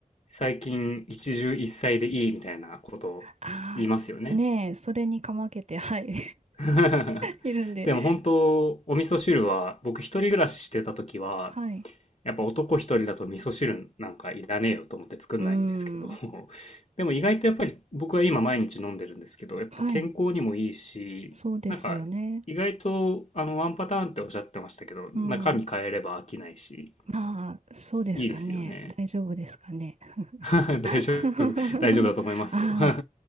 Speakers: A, on the left; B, on the right.
A: 最近、一汁一菜でいいみたいなことを言いますよね。
B: ああ、すねえ、それにかまけて、はい。<laughs>
A: <laughs>
B: いるんで、
A: でも本当、お味噌汁は、僕一人暮らししてた時は、
B: はい。
A: やっぱ男一人だと味噌汁なんかいらねえよと思って作んないんですけど
B: うーん。
A: <laughs> でも意外とやっぱり僕は今毎日飲んでるんですけどやっぱ健康にもいいしなんか意外とあのワンパターンっておっしゃってましたけど中身変えれば飽きないし
B: はい。そうですよね。うん。まあ、そうですかね。
A: いいですよね
B: 大丈夫ですかね。
A: <laughs>
B: <laughs>
A: 大丈夫大丈夫だと思いますよ
B: ああ、
A: <laughs>